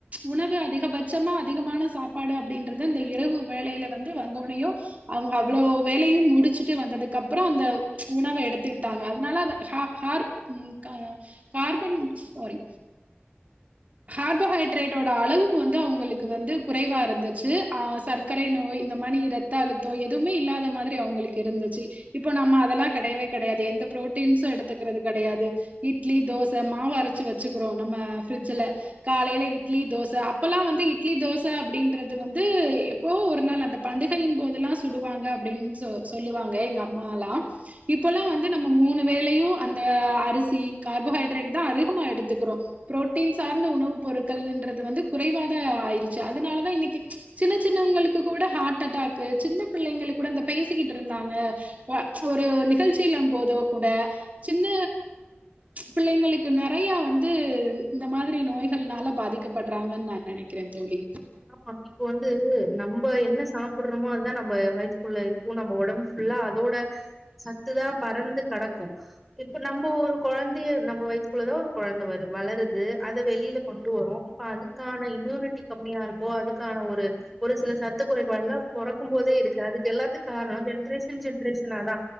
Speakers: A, on the right; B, in the centre.
A: உணவு அதிகபட்சமா அதிகமான சாப்பாடு அப்டீன்றது இந்த இரவு வேலைல வந்து வந்தோனயு அவுங்க அவ்ளோ வேலயு முடிச்சுட்டு வந்ததுக்கப்றோ அந்த ம்ச உணவ எடுத்துக்கிட்டாங்க அதனால அ ஹ ஹார் ம் கா கார்பன் சாரி கார்போஹைட்ரேட்டோட அளவு வந்து அவுங்களுக்கு வந்து குறைவா இருந்துச்சு. ஆஹ் சர்க்கரை நோய் இந்த மாரி ரத்த அழுத்தோ எதுமே இல்லாத மாதிரி அவுங்களுக்கு இருந்துச்ச இப்போ நம்ம அதெல்லா கெடையவே கெடையாது எந்த ப்ரோட்டீன்ஸு எடுத்துக்கறது கெடையாது இட்லி தோச மாவு அரச்சு வச்சுக்குறோ நம்ம ஃப்ரிட்ஜ்ல காலைல இட்லி தோச அப்பல்லா வந்து இட்லி தோச அப்பிடின்றது வந்து எப்போ ஒரு நாள் அந்த பண்டிகையின் போதெல்லா சுடுவாங்க அப்டின் சொ சொல்லுவாங்க எங்க அம்மால்லா இப்பொல்லா வந்து நம்ம மூணு வேளயூ அந்த அரிசி கார்போஹைட்ரேட்தா அதிகமா எடுத்துக்குறோ புரோட்டீன்ஸ் சார்ந்த உணவு பொருட்கள்ன்றது வந்து குறைவாதா ஆயிருச்சு அதனாலதான் இன்னைக்கு சின்ன சின்னவங்களுக்கு கூட ஹார்ட் அட்டாக்கு சின்ன பிள்ளைங்களுக்கு கூட அ பேசிக்கிட்டு இருந்தாங்க. ஒரு நிகழ்ச்சில போதோ கூட சின்ன ம்ச் பிள்ளைங்களுக்கு நெறையா வந்து இந்த மாதிரி நோய்கள்னால பாதிக்கப்பட்றாங்கன்னு நா நெனைக்கிற தோழி
B: ஆமா இப்ப வந்து நம்ப என்ன சாப்பிட்றமோ அதுதா நம்ப வய்த்துக்குள்ள இருக்கு நம்ப ஒடம் புல்லா அதோட சத்துதா பறந்து கெடக்கு இ ப்ப நம்ப ஒரு குழந்தைய நம்ம வைத் க்குள்ளதா ஒரு கொழந்தை வரு வளருது அத வெளில கொண்டு வரோ இப்ப அதுக்கான இம்யூனிட்டி கம்மியா இருக் அதுக்கான ஒரு ஒருசில சத்து குறைபாடுல்லா பொறக்கு போதே இருக்கு அதுக்கு எல்லாத்துக் காரணோ ஜென்ரேஷன் ஜென்ரேஷனாதா